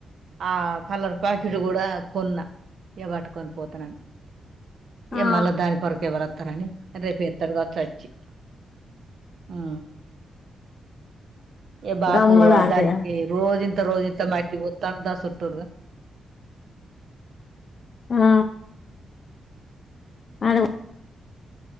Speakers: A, on the right; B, on the left.
A: ఆ కలర్ ప్యాకెట్ కూడా కొన్నా ఇగ పట్టుకొని పోతునని ఏ
B: ఆ
A: మళ్ళా దాని కొరక ఎవరుస్తారని రేపు ఎతరు కావచ్చు వచ్చి వచ్చ ఆ ఇగ బాపు
B: గమ్ములాంటిదా
A: దానికి రోజింత రోజ్ ఇంత మట్కి పుతాడు దాని సుట్టూర్గా
B: ఆ అను